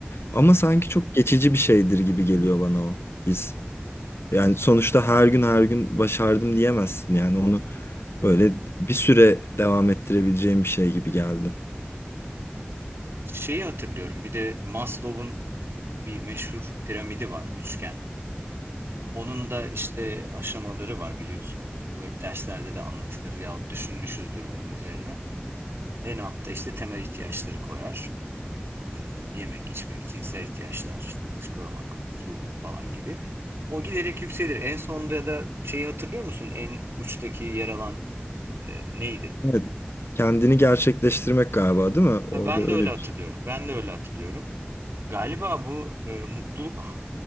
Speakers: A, on the left (about 80°); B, on the right (about 80°).
A: Ama
B: Hı hı.
A: sanki çok geçici bir şeydir gibi geliyor bana o his. Yani sonuçta her gün her gün başardım diyemezsin yani onu böyle bir süre devam ettirebileceğim bir şey gibi geldi.
B: Şeyi hatırlıyorum. Bir de Maslow'un bir meşhur piramidi var, üçgen. Onun da işte aşamaları var biliyorsun. Bu hep derslerde de anlatılır yahut düşünmüşüzdür bunun üzerine. En altta işte temel ihtiyaçları koyar. Ee, yemek, içmek, cinsel ihtiyaçlar, işte dışkılamak, su falan gibi. O giderek yükselir. En sonda da şeyi hatırlıyor musun? En uçtaki yer alan e, neydi?
A: Evet. Kendini gerçekleştirmek galiba değil mi? Orada
B: Ha, ben
A: öyle
B: de öyle hatırlıyorum.
A: bir şey.
B: Ben de öyle hatırlıyorum. Galiba bu e, mutluluk